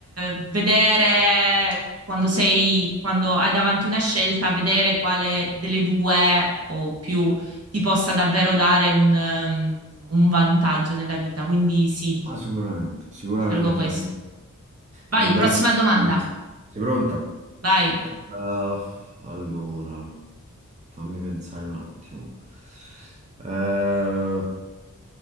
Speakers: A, on the right (about 50°); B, on the right (about 20°).
A: vedere quando sei, quando hai davanti una scelta, vedere quale delle due o più ti possa davvero dare un, ehm, un vantaggio nella vita. Quindi sì,
B: Ma sicuramente, sicuramente
A: io scelgo questo. Vai,
B: è un
A: prossima
B: bel punto
A: domanda.
B: di vista. Sei pronta?
A: Vai.
B: Eh, allora, fammi pensare un attimo. Eh,